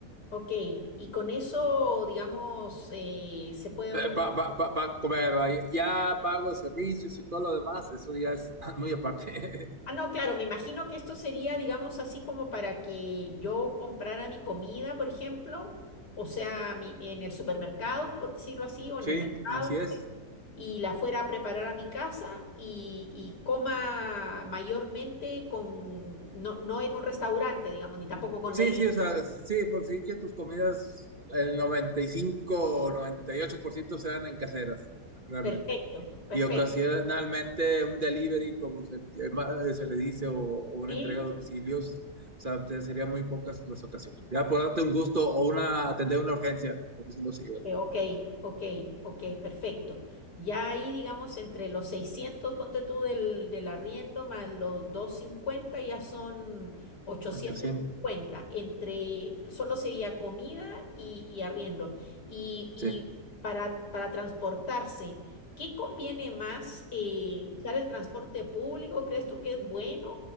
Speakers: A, on the left (about 70°); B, on the right (about 30°).
A: ok. Y con eso, digamos, eh, se puede uno...
B: para comer, va. Ya pago servicios y todo lo demás, eso ya es <laughs> muy aparte.
A: Ah,
B: <laughs>
A: no, claro, me imagino que esto sería, digamos, así como para que yo comprara mi comida, por ejemplo, o sea, mi- en el supermercado, por decirlo así, o en
B: Sí,
A: el mercado,
B: así es.
A: y la fuera a preparar a mi casa y, y coma mayormente con, no, no en un restaurante, digamos, ni tampoco con
B: Sí,
A: delivery.
B: sí, o sea, sí, por sí que tus comidas, el 95 o 98% sean en caseras, realmente.
A: Perfecto, perfecto.
B: Y ocasionalmente un delivery, como se, le llama- se le dice, o, o una
A: Sí.
B: entrega a domicilios, o sea, te- serían muy pocas las ocasiones. Ya por darte un gusto o una, atender una urgencia, por decirlo así, ¿verdad?
A: Eh, ok, ok, ok, perfecto. Ya ahí, digamos, entre los 600 ponte tú del, del arriendo, más los 250 ya son ochocientos
B: 800,
A: cincuenta Entre, solo sería comida y, y arriendo. Y, y
B: sí.
A: para, para transportarse, ¿qué conviene más? eh, ¿usar el transporte público? ¿Crees tú que es bueno?